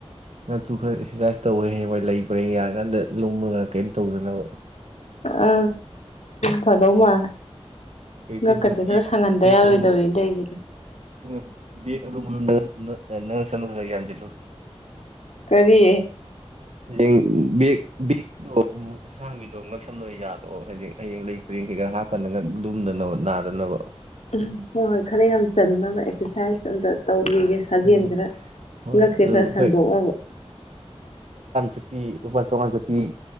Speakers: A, on the right (about 75°); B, on the left (about 80°).
A: ꯉꯛꯇꯨ ꯈꯔ ꯑꯦꯛꯁꯔꯁꯥꯏꯁ ꯇꯧꯋꯦ ꯍꯌꯦꯡ ꯍꯣꯏ ꯂꯩꯕ꯭ꯔꯦ ꯌꯥꯡꯔꯀꯥꯟꯗ ꯂꯨꯝꯃꯒ ꯀꯩꯝ ꯇꯧꯗꯅꯕ
B: ꯑ ꯐꯗꯧ ꯃꯜꯂꯦ
A: ꯍꯧꯖꯤꯛꯇꯤ
B: ꯉꯛꯀꯁꯦ
A: ꯍꯧꯅ
B: ꯈꯔ
A: ꯕꯦꯛ
B: ꯁꯪꯍꯟꯗ
A: ꯕꯦꯛ
B: ꯌꯥꯔꯣꯏꯗꯧꯔꯤꯅ
A: ꯑꯔꯨꯝ
B: ꯇꯧꯔꯤꯁꯦ
A: <unintelligible>
B: ꯀꯔꯤ
A: ꯍꯌꯦꯡ ꯕꯦꯛ ꯕꯦꯛꯇꯣ ꯑꯁꯥꯡꯕꯤꯗꯣ ꯉꯛꯁꯝꯗꯣꯏ ꯌꯥꯜꯂꯣꯑꯣ ꯍꯥꯏꯌꯦꯡ ꯍꯌꯦꯡ ꯂꯩ ꯄꯔꯦꯡ ꯀꯩꯀꯥ ꯍꯥꯞꯀꯗ ꯉꯛ ꯂꯨꯝꯗꯅꯕ ꯅꯥꯗꯅꯕ
B: ꯎꯝ ꯍꯣꯏ ꯍꯣꯏ ꯈꯅ ꯌꯥꯝ ꯆꯟꯅꯅꯕ ꯑꯦꯛꯁꯔꯁꯥꯏꯁ ꯑꯝꯇ ꯇꯧ ꯀꯒꯤ ꯁꯥꯖꯦꯜ
A: ꯎꯝ
B: ꯈꯔ
A: ꯍꯣꯏ
B: ꯉꯛꯁꯦ
A: ꯑꯗꯨ
B: ꯈꯔ ꯁꯥꯡꯗꯣꯛꯑꯕ
A: ꯍꯣꯏ ꯆꯛꯇꯤ ꯂꯨꯄꯥ ꯆꯥꯝꯃꯉꯥ ꯆꯇꯤ